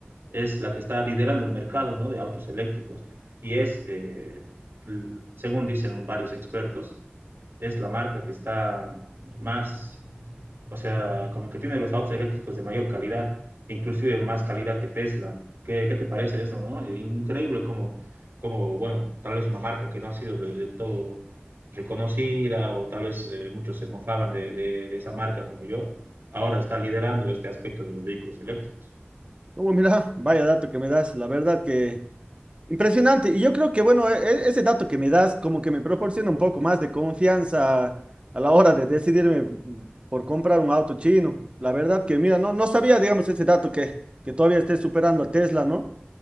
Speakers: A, on the right; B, on the right.
A: es la que está liderando el mercado, ¿no? de autos eléctricos y es, eh, l- según dicen varios expertos, es la marca que está más o sea, como que tiene los autos eléctricos de mayor calidad, inclusive más calidad que Tesla. ¿Qué, qué te parece eso, no? Increíble como, como, bueno, tal vez una marca que no ha sido de- del todo reconocida o tal vez eh, muchos se mofaban de, de- de esa marca como yo, ahora está liderando este aspecto de los vehículos eléctricos.
B: Oh, mira, vaya dato que me das. La verdad que impresionante. Y yo creo que, bueno, e- e- ese dato que me das como que me proporciona un poco más de confianza a la hora de decidirme mm, por comprar un auto chino. La verdad que, mira, no, no sabía, digamos, ese dato que, que todavía esté superando a Tesla, ¿no?